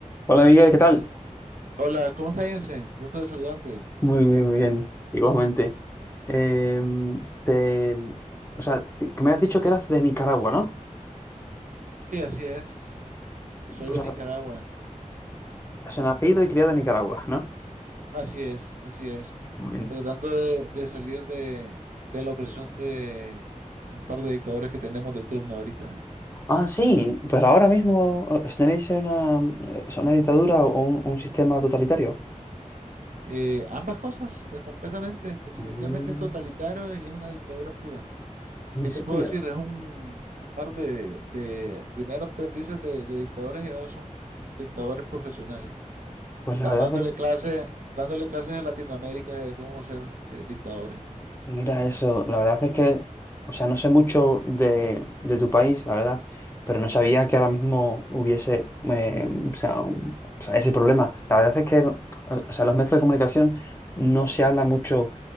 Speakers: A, on the left; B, on the right.
A: Hola Miguel, ¿qué tal?
B: Hola, ¿cómo estás, Jensen? Gusto de saludarte.
A: Muy bien, muy bien, igualmente. Eh, te, o sea, que me has dicho que eras de Nicaragua, ¿no?
B: Sí, así es. Soy
A: Pues,
B: de Nicaragua.
A: la-
B: Es-
A: nacido y criado en Nicaragua, ¿no?
B: Así es, así es.
A: Muy bien.
B: Tratando de, de salir de, de la opresión de un par de dictadores que tenemos de turno ahorita.
A: Ah, sí, pero ahora mismo eh, tenéis una, o una dictadura o un, un sistema totalitario.
B: Eh, ambas cosas, eh, completamente. Definitivamente
A: Mm,
B: es totalitario y es una dictadura pura.
A: ¿En
B: ¿Qué
A: serio?
B: te puedo decir? Es un par de, de primero aprendices de, de dictadores y ahora son dictadores profesionales.
A: Pues
B: Están
A: la verdad
B: dándole
A: es
B: clases, dándole clases a Latinoamérica de cómo ser eh, dictadores.
A: Mira eso, la verdad es que, o sea, no sé mucho de, de tu país, la verdad, pero no sabía que ahora mismo hubiese, eh, o sea, un- o sea, ese problema. La verdad es que, o o sea, los medios de comunicación no se habla mucho